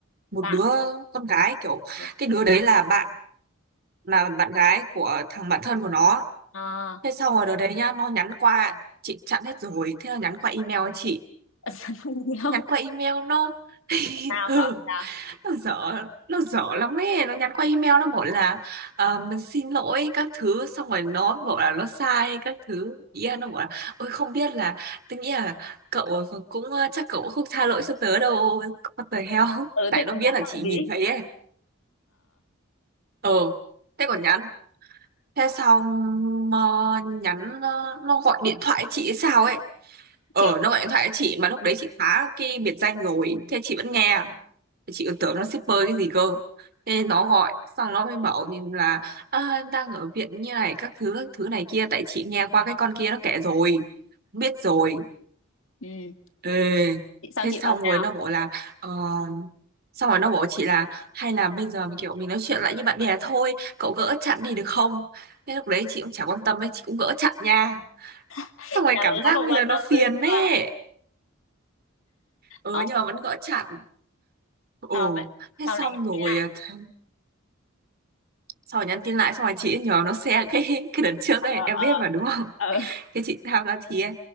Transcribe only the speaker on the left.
Bạn,
ừ.
à,
<laughs> không?
Sao
bảo sao?
Ừ,
thế
còn
nhắn
làm
gì?
chị
ừ.
chị xong
chị
bảo sao
<laughs>
là
là không
quan
tâm
dữ chưa
ờ
ờ vậy
xong
lại nhắn
tin lại
ờ
ờ
ờ